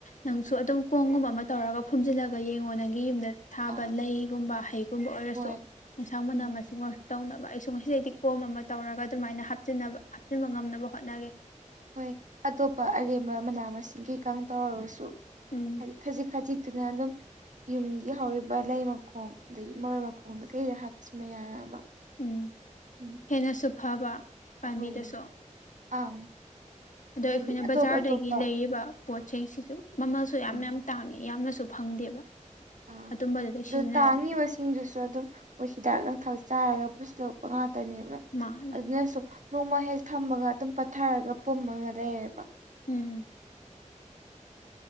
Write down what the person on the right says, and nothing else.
ꯑꯥ
ꯍꯣꯏ
ꯎꯝ
ꯍꯣꯏ ꯑꯇꯣꯞꯄ ꯑꯔꯦꯝꯕ ꯃꯅꯥ ꯃꯁꯤꯡ ꯀꯩꯀ ꯇꯧꯔꯔꯁꯨ
ꯍꯥꯏꯗꯤ ꯈꯖꯤꯛ ꯈꯖꯤꯛ ꯄ ꯑꯗꯨ ꯌꯨꯝꯒꯤ ꯍꯧꯔꯤꯕ ꯂꯩ ꯃꯈꯣꯡ ꯑꯗꯒꯤ ꯃꯔꯣꯏ ꯃꯈꯣꯡꯗ ꯀꯩꯗ ꯍꯥꯞꯆꯤꯟꯕ ꯌꯥꯅꯕ
ꯎꯝ
ꯑꯩꯈꯣꯏ ꯑꯪ
ꯍꯥꯏꯗꯤ ꯑꯇꯣꯞ
ꯑꯇꯣꯞꯄ
ꯎꯝ
ꯑꯥ
ꯑꯗꯨ
ꯇꯥꯡꯉꯤꯕꯁꯤꯡꯗꯨꯁꯨ ꯑꯗꯨꯝ ꯃꯣꯏ ꯍꯤꯗꯥꯛ ꯂ ꯊꯆ ꯆꯥꯏꯔꯒ ꯄꯨꯁꯤꯂꯣꯛꯄ ꯉꯥꯛꯇꯅꯦꯕ
ꯑꯗꯨꯅꯁꯨ ꯅꯣꯡꯃ ꯍꯦꯛ ꯊꯝꯃꯒ ꯑꯗꯨꯝ ꯄꯠꯊꯔꯒ ꯄꯨꯝꯃꯒ ꯂꯩꯌꯦꯕ